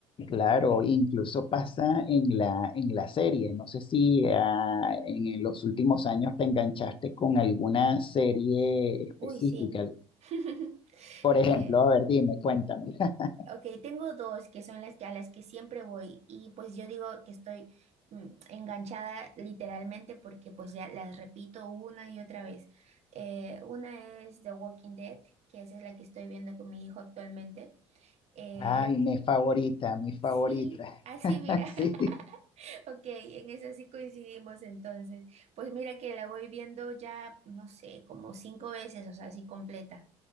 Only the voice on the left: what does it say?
Claro, incluso pasa en la, en la serie. No sé si ah, en, en los últimos años te enganchaste con alguna serie específica.
Por ejemplo,
a ver, dime, cuéntame. <laughs>
Ay, mi favorita, mi favorita.
<laughs>
Sí,